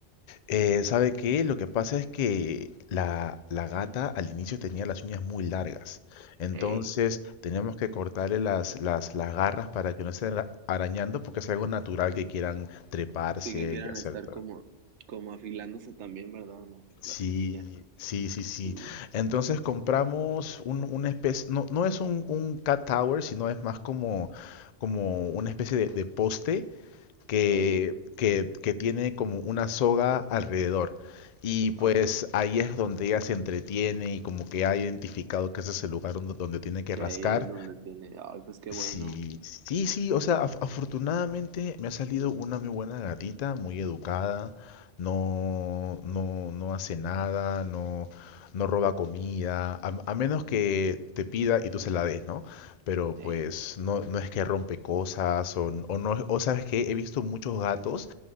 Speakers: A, on the left; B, on the right.
A: Eh, ¿sabe qué? Lo que pasa es que la, la gata al inicio tenía las uñas muy largas. Entonces
B: Ey,
A: tenemos que cortarle las, las, las garras para que no estén ara- arañando porque es algo natural que quieran treparse
B: sí que quieran
A: y hacer
B: estar
A: todo.
B: como, como afilándose también, ¿verdad? Las,
A: Sí,
B: las uñillas.
A: sí, sí, sí.
B: Sí.
A: Entonces compramos un, una especie, no, no es un, un cat tower, sino es más como, como una especie de, de poste que,
B: Ey,
A: que, que tiene como una soga alrededor. Y pues
B: ok.
A: ahí es donde ella se entretiene y como que ha identificado que ese es el lugar donde, donde tiene que
B: Que
A: rascar.
B: ahí es donde tiene, ay, pues qué
A: Sí,
B: bueno.
A: sí, sí, o sea, af- afortunadamente me ha salido una muy buena gatita, muy educada, no, no, no hace nada, no, no roba comida, a, a menos que te pida y tú se la des, ¿no? Pero
B: Ey,
A: pues no, no es que rompe cosas o, n- o no, o sabes que he visto muchos gatos